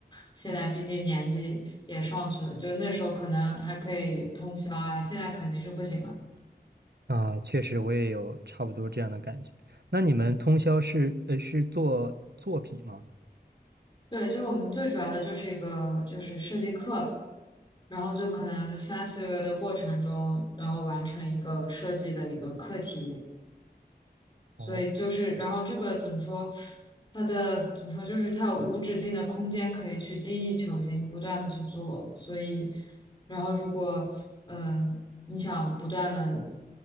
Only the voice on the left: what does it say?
现在毕竟年纪也上去了，就那时候可能还可以通宵啊，现在肯定是不行了。
对，就我们最主要的就是一个就是设计课，然后就可能三四个月的过程中，然后完成一个设计的一个课题，所以就是，
然后这个怎么说？它的怎么说？就是它有无止境的空间可以去精益求精，不断的去做。所以，然后如果嗯、呃你想不断的